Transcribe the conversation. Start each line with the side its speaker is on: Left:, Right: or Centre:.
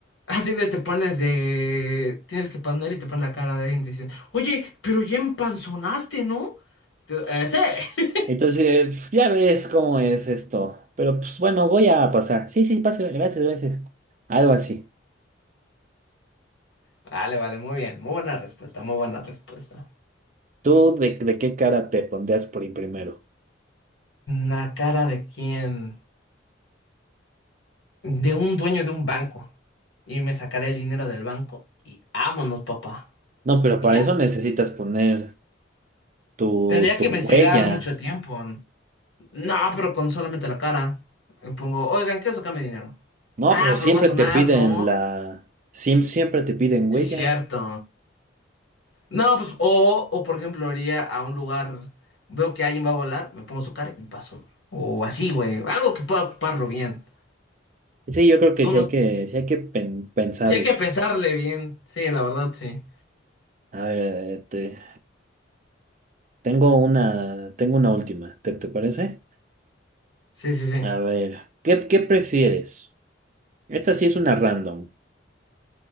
Left: Así de te pones de... Tienes que poner y te pones la cara de alguien y te dicen, oye, pero ya empanzonaste, ¿no? Tú, "Eh, sí. <laughs>
Right: Entonces, ya ves cómo es esto. Pero pues bueno, voy a pasar. Sí, sí, pásele. Gracias, gracias. Algo así.
Left: Vale, vale, muy bien. Muy buena respuesta, muy buena respuesta.
Right: ¿Tú de, de qué cara te pondrías por ir primero?
Left: ¿La cara de quién? De un dueño de un banco. Y me sacaré el dinero del banco y vámonos, papá.
Right: No, pero
Left: Y
Right: para
Left: ya.
Right: eso necesitas poner tu,
Left: Tendría
Right: tu
Left: que
Right: huella.
Left: investigar mucho tiempo. No, pero con solamente la cara. Me Pongo, oigan, quiero sacarme dinero.
Right: No,
Left: Ah,
Right: pero siempre
Left: pero voy a sonar,
Right: te piden
Left: ¿no?
Right: la... Siempre, siempre te piden
Left: Sí,
Right: huella.
Left: cierto. No, pues, o, o por ejemplo, iría a un lugar, veo que alguien va a volar, me pongo su cara y me paso. O así, güey. Algo que pueda ocuparlo bien.
Right: Sí, yo creo que
Left: Tú
Right: sí
Left: no.
Right: hay que, sí hay que pen- pensarlo.
Left: Sí, hay que pensarle bien. Sí, la verdad, sí.
Right: A ver, eh, te- Tengo una, tengo una última, ¿te, te parece?
Left: Sí, sí, sí.
Right: A ver, ¿qué, qué prefieres? Esta sí es una random.